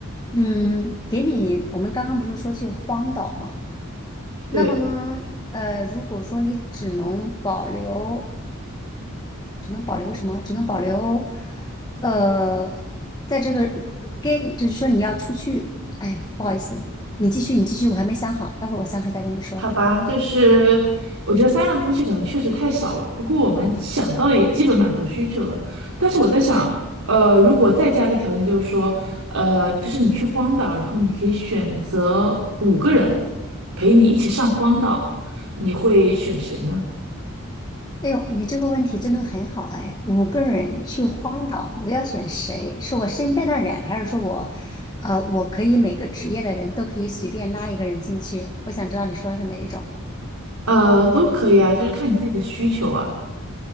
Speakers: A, on the left; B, on the right.
A: 嗯，给你我们刚刚不是说去荒岛嘛，那么呢，
B: 对。
A: 呃，如果说你只能保留。只能保留什么？只能保留，呃，在这个跟就是说你要出去，哎呀，不好意思，你继续，你继续，我还没想好，待会儿我想好再跟你说。
B: 好吧，就是我觉得三样东西可能确实太少了，不过我们想到了也基本满足需求了。但是我在想，呃，如果再加个条件，就是说，呃，就是你去荒岛，然后你可以选择五个人陪你一起上荒岛，你会选谁呢？
A: 哎呦，你这个问题真的很好哎！五个人去荒岛，我要选谁？是我身边的人，还是说我，呃，我可以每个职业的人都可以随便拉一个人进去？我想知道你说的是哪一种。
B: 呃，都可以啊，就是看你自己的需求啊。